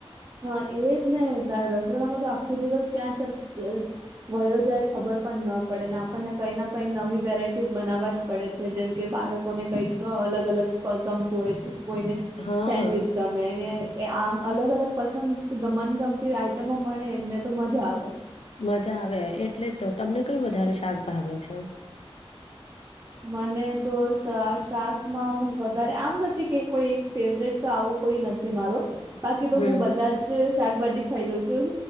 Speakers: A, on the right (about 35°); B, on the left (about 75°).
A: હા એજ ને રસોડામાં તો આખો દિવસ ક્યાં ચ વયો જાય. ખબર પણ ન પડેને આપણને કઈ ના કઈ નવી વેરાઈટીસ બનાવવા જ પડે છે જેમ કે બાળક કોને કઈ તો અલગ અલગ પગ ગમતું હોય છે. કોઈને
B: હા
A: સેન્ડવીચ ગમે ને એ આમ અલગ અલગ પસંદ મનગમતી આઈટમો મળે એમને તો મજા આવે.
B: મજા આવે એટલે તો તમને કયું વધારે શાક ભાવે છે?
A: મને તો શા શાકમાં વધારે આમ નથી કે કોઈ ફેવરેટ તો આવું કોઈ નથી મારો. બાકી તો
B: હમ
A: હું બધા જ શાકભાજી ખઈ લઉં છું,